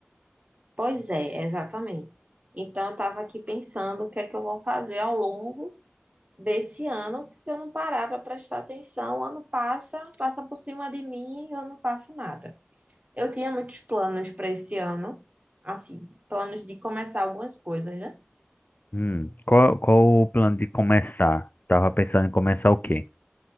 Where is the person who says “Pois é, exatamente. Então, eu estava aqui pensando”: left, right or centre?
Right